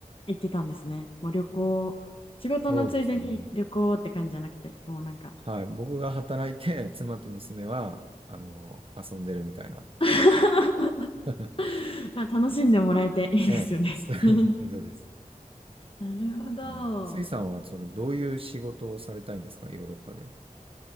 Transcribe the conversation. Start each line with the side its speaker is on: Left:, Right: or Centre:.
Left: いてたんですね。もう旅行、仕事のついでに旅行って感じじゃなくて、
Right: そうですね。
Left: もうなんか
Right: はい。僕が働いて、妻と娘は、あの、遊んでるみたいな。
Left: <laughs>
Right: <laughs>
Left: まあ楽しんでもらえていいですよね
Right: ええ、そういうことです。
Left: <laughs> なるほど。
Right: うんスイさんは、その、どういう仕事をされたいんですかヨーロッパで。